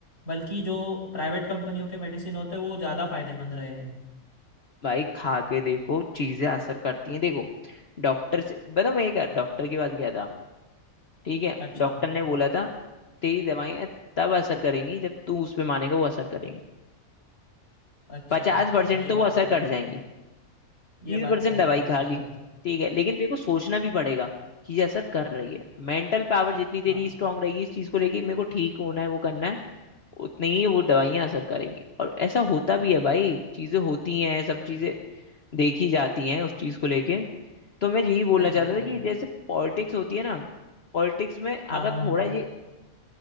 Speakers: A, on the left; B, on the left.
A: बल्कि जो प्राइवेट कंपनियों के मेडिसिन होते हैं वो ज़्यादा फायदेमंद रहे हैं
B: भाई खा के देखो चीजें असर करती हैं देखो डॉक्टर से बताओ मैं एक डॉक्टर के पास गया था ठीक है
A: अच्छा
B: डॉक्टर ने बोला था तेरी दवाइयां तब असर करेंगी जब तू उस पे मानेगा वो असर करेंगी
A: अच्छा
B: पचास परसेंट
A: हाँ ये
B: तो
A: बात
B: वो असर
A: तो है
B: कर जाएंगी
A: ये
B: बीस
A: बात
B: परसेंट
A: तो
B: दवाई
A: है भाई
B: खा
A: सही
B: ली
A: बात
B: ठीक है लेकिन तेरे को सोचना भी पड़ेगा कि ये असर कर रही है मेंटल पावर जितनी तेरी
A: है। हाँ
B: स्ट्रांग रहेगी इस चीज को लेके मेरे को ठीक होना है वो करना है उतनी ही वो दवाइयां असर करेंगी और ऐसा होता भी है भाई चीजें होती हैं सब चीजें
A: सही
B: देखी जाती हैं उस चीज को लेके तो मैं यही बोलना
A: सही
B: चाहता
A: बात
B: था
A: है
B: कि जैसे पॉलिटिक्स होती है ना पॉलिटिक्स में अगर
A: हाँ हाँ
B: थोड़ा
A: हाँ
B: ये